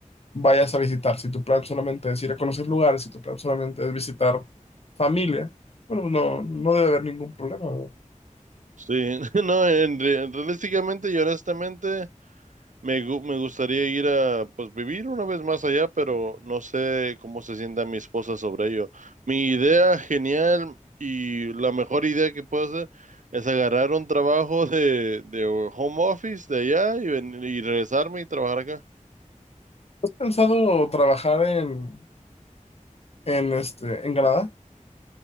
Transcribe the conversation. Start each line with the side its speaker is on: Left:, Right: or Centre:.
Left: vayas a visitar. Si tu plan solamente es ir a conocer lugares, si tu plan solamente es visitar familia, bueno, pues no, no debe haber ningún problema, ¿no?
Right: sí. <laughs> No, en, re- realísticamente y honestamente. Me, gu- me gustaría ir a, pues, vivir una vez más allá, pero no sé cómo se sienta mi esposa sobre ello. Mi idea genial y la mejor idea que puedo hacer es agarrar un trabajo de, de home office de allá y, ven- y regresarme y trabajar acá.
Left: ¿Has pensado trabajar en, en, este, en Canadá?